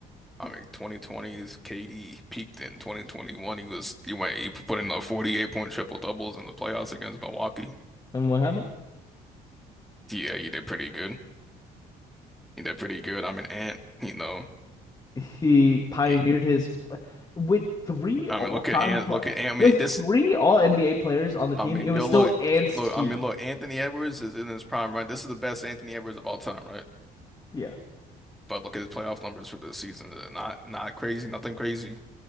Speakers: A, in the centre; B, on the left (about 25°).
A: I mean, 2020s, KD peaked in 2021. He was he went he put in like 48 point triple doubles in the playoffs against Milwaukee.
B: And what happened?
A: Yeah, he did pretty good. He did pretty good. I mean, Ant, you know,
B: He pioneered
A: he,
B: his with three
A: I
B: all-time
A: mean, look at Ant,
B: pl-
A: look at Ant. I mean,
B: with three
A: this
B: all NBA players on the team.
A: I mean,
B: It was
A: yo,
B: still
A: look,
B: Ant's
A: look.
B: team.
A: I mean, look. Anthony Edwards is in his prime, right? This is the best Anthony Edwards of all time, right?
B: Yeah.
A: But look at his playoff numbers for this season. They're Not, not crazy, nothing crazy.